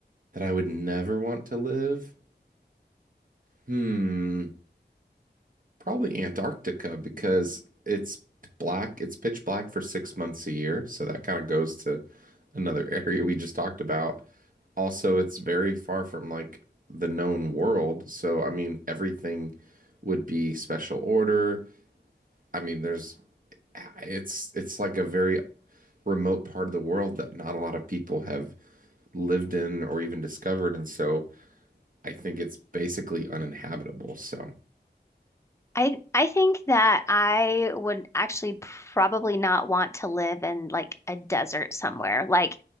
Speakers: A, on the right; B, on the left.
A: That I would never want to live? Hmm. Probably Antarctica because it's black, it's pitch black for six months a year. So that kind of goes to another <laughs> area we just talked about. Also, it's very far from like the known world. So, I mean, everything would be special order. I mean, there's it's it's like a very remote part of the world that not a lot of people have lived in or even discovered, and so I think it's basically uninhabitable. So
B: I I think that I would actually probably not want to live in like a desert somewhere. Like